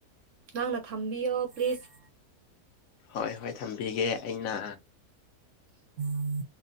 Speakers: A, on the right (about 65°); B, on the left (about 65°).
A: ꯅꯪꯅ ꯊꯝꯕꯤꯌꯣ ꯄ꯭ꯂꯤꯖ
B: ꯍꯣꯏ ꯍꯣꯏ ꯊꯝꯕꯤꯒꯦ ꯑꯩꯅ
A: <inaudible>